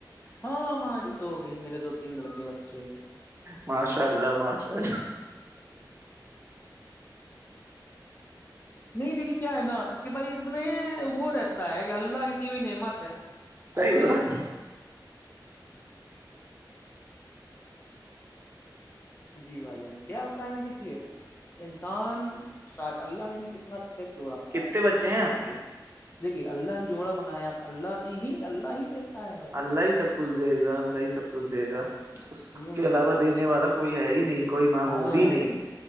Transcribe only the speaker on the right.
ماشاء اللہ ماشاء اللہ
صحیح
بات
کتنے
بچے ہیں آپ کے
اللہ ہی سب کچھ دے گا اللہ ہی سب کچھ دے گا اس
کے علاوہ دینے والا کوئی ہے ہی نہیں کوئی معمود
ہی نہیں